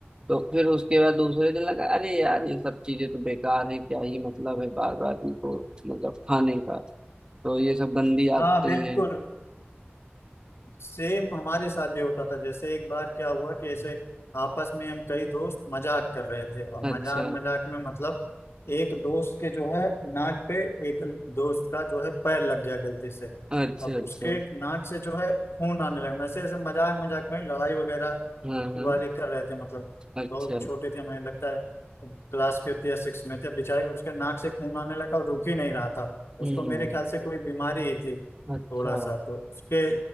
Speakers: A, on the right; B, on the left.
A: तो फिर उसके बाद दूसरे दिन लगा अरे यार ये सब चीजें तो बेकार हैं क्या ही मतलब है बार बार इनको मतलब खाने का तो ये सब गंदी
B: हाँ
A: आदतें
B: बिल्कुल
A: हैं
B: सेम हमारे साथ भी होता था जैसे एक बार क्या हुआ कि ऐसे आपस में हम कई दोस्त मजाक कर रहे थे और
A: अच्छा
B: मजाक मजाक में मतलब एक दोस्त के जो है नाक पे एक दोस्त का जो है पैर लग गया गलती से
A: अच्छा
B: अब
A: अच्छा
B: उसके नाक से जो है खून आने लगा वैसे ऐसे मजाक मजाक में ही लड़ाई वगैरह
A: हाँ हाँ
B: वाली कर रहे थे मतलब
A: अच्छा
B: बहुत छोटे थे मुझे लगता है क्लास फिफ्थ या सिक्स में थे बेचारे उसके नाक से खून आने लगा और रुक ही नहीं रहा था
A: हम्म
B: उसको मेरे ख्याल से कोई बीमारी ही थी
A: अच्छा
B: थोड़ा सा तो उसके